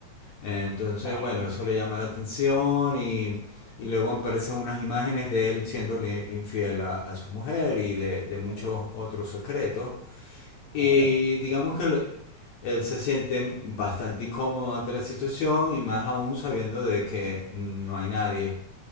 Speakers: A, on the left (about 70°); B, on the right (about 80°).
A: entonces,
B: Vale.
A: bueno, eso le llama la atención y, y luego aparecen unas imágenes de él siéndole infiel a, a su mujer y de, de muchos
B: Uh,
A: otros secretos.
B: Vale.
A: Y digamos que él, él se siente bastante incómodo ante la situación y más aún sabiendo de que no hay nadie